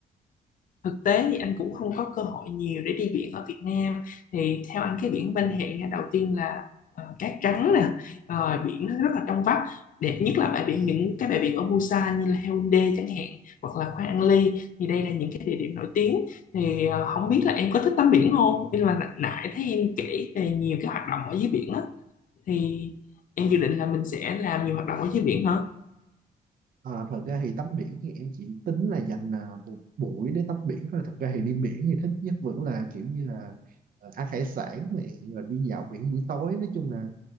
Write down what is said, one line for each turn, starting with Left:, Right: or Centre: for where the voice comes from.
Left: thực tế thì anh cũng không có cơ hội nhiều để đi biển ở Việt Nam thì theo anh cái biển ven hệ nha đầu tiên là ờ, cát trắng nè rồi biển nó rất là trong vắt đẹp nhất là bãi biển những cái bãi biển ở Busan như là Haeundae chẳng hạn hoặc là Khoang An Ly thì đây là những cái địa điểm nổi tiếng thì ờ, không biết là em có thích tắm biển không nhưng mà nãy nãy thấy em kể về nhiều cái hoạt động ở dưới biển á thì em dự định là mình sẽ làm nhiều hoạt động ở dưới biển hả
Right: Ờ, thật ra thì tắm biển thì em chỉ tính là dành à, một buổi để tắm biển thôi. Thật ra thì đi biển thì thích nhất vẫn là kiểu như là ờ, ăn hải sản này rồi đi dạo biển buổi tối. Nói chung là